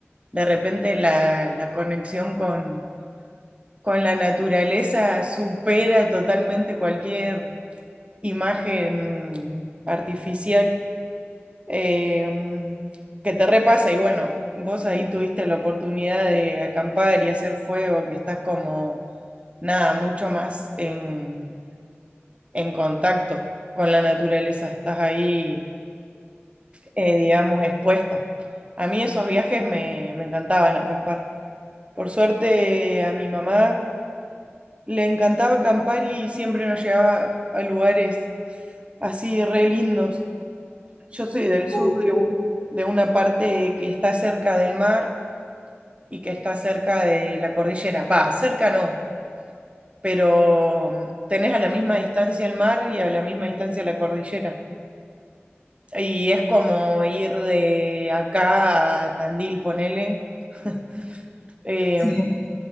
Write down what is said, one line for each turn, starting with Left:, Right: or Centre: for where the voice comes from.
Right: de repente la, la conexión con, con la naturaleza supera totalmente cualquier imagen artificial. eh, que te repasa y bueno, vos ahí tuviste la oportunidad de acampar y hacer fuego, que estás como, nada, mucho más en, en contacto con la naturaleza, estás ahí, eh, digamos, expuesta. A mí esos viajes me, me encantaban acampar. Por suerte a mi mamá le encantaba acampar y siempre nos llevaba a lugares así re lindos. Yo soy del sur
Left: Uh,
Right: de,
Left: qué bien.
Right: u- de una parte que está cerca del mar y que está cerca de la cordillera. Va, cerca no, pero mm, tenés a la misma distancia el mar y a la misma distancia la cordillera. Y es como ir de acá a Tandil, ponele. <laughs> Em,
Left: Sí.